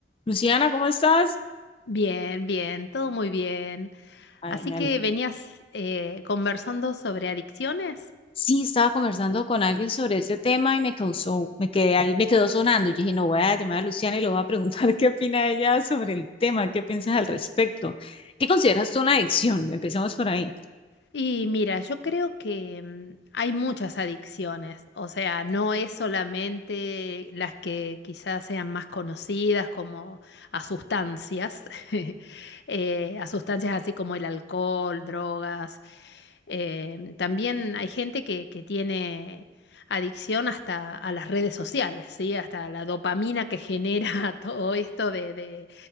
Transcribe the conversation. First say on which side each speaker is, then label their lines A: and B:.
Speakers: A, on the left (about 30°); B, on the left (about 70°).
A: Luciana, ¿cómo estás?
B: Bien, bien, todo muy bien.
A: Ay,
B: Así
A: me
B: que
A: ale-
B: venías eh, conversando sobre adicciones.
A: Sí, estaba conversando con alguien sobre ese tema y me causó, me quedé ahí, me quedó sonando. Y dije, no, voy a llamar a Luciana y le voy a preguntar <laughs> qué opina ella sobre el tema, qué piensas al respecto. ¿Qué consideras tú una adicción? Empecemos por ahí.
B: Y mira, yo creo que mm, hay muchas adicciones, o sea, no es solamente las que quizás sean más conocidas como a sustancias, <laughs> eh, a sustancias así como el alcohol, drogas. Eh, también hay gente que, que tiene adicción hasta a las redes sociales, ¿sí? Hasta la dopamina que genera <laughs> todo esto de, de,